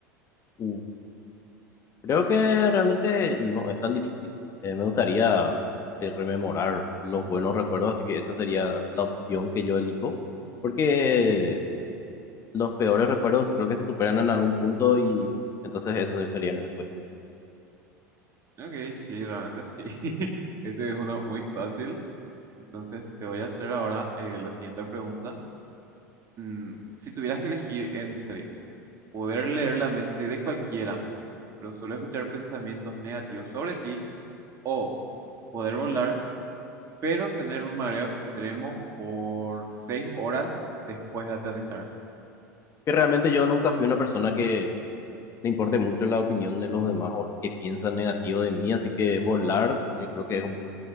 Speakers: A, on the left (about 30°); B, on the right (about 35°).
A: Uh, creo que realmente no es tan difícil. Eh, me gustaría eh, rememorar los buenos recuerdos, así que esa sería la opción que yo elijo, porque los peores recuerdos creo que se superan en algún punto y entonces esa sería mi respuesta.
B: Ok, sí, realmente sí. <laughs> Este es uno muy fácil. Entonces, te voy a hacer ahora eh, la siguiente pregunta. mm, si tuvieras que elegir entre poder leer la mente de cualquiera, pero solo escuchar pensamientos negativos sobre ti, o poder volar, pero tener un mareo extremo por seis horas después de aterrizar.
A: Que realmente yo nunca fui una persona que le importe mucho la opinión de los demás o lo que piensan negativo de mí, así que volar eh, creo que es un pr-